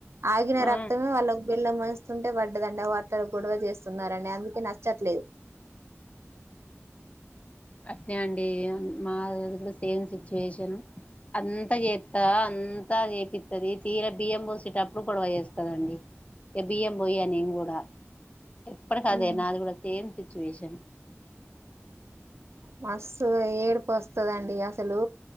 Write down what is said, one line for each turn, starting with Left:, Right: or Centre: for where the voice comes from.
Right: ఆగిన
Left: ఆ
Right: రక్తమే వాళ్ళ బిళ్ళ మంచుస్తుంటే పడ్డదండి ఆ వాట్ల గొడవ చేస్త స్తున్నని అందుకే నచ్చట్లేదు
Left: అట్ే అండి మా సేమ్ సిచ్యువేషన్ అంతా చేస్తా అంతా చేపిస్తది తీర బియ్యం పోసేటప్పుడు గొడవ చేస్తాదండి ఎ బిఏం పోయ్య న కూడా ఎప్పుడు కాదే
Right: మ్మ్
Left: నా అది కూడా సే సిచుయషన్
Right: మస్ ఏడిపు వస్తదండి అసలు